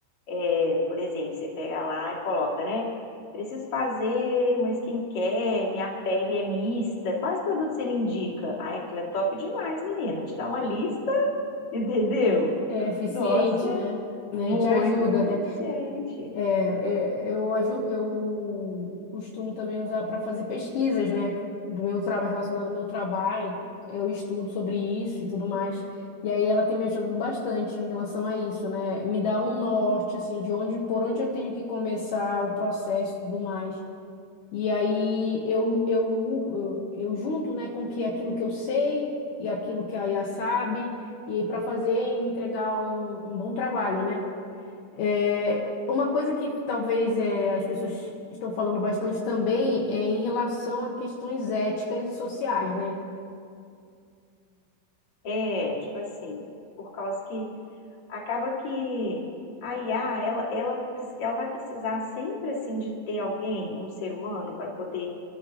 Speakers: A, on the left (about 40°); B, on the left (about 75°).
A: é, por exemplo, você pega lá e coloca, né? Preciso fazer uma skincare, minha pele é mista. Quais produtos você me indica? Ah, é top demais, menina. Te dá uma lista, <laughs> entendeu?
B: É eficiente,
A: Nossa,
B: né? Né?
A: muito,
B: Te ajuda,
A: muito
B: né?
A: eficiente.
B: É, Eu, aju- eu costumo também usar para fazer pesquisas, né? Do meu trabalho, relacionado ao meu trabalho, eu estudo sobre isso e tudo mais. E aí ela tem me ajudado bastante em relação a isso, né? Me dá um norte, assim, de onde, por onde eu tenho que começar o processo e tudo mais. E aí eu, eu, eu, eu junto, né, com que aquilo que eu sei e aquilo que a IA sabe, e aí para fazer e entregar um um bom trabalho, né? É, uma coisa que talvez é, as pessoas estão falando bastante também é em relação a questões éticas e sociais, né?
A: É, tipo assim, por causa que acaba que a IA, ela, ela, preci- ela vai precisar sempre, assim, de ter alguém, um ser humano, para poder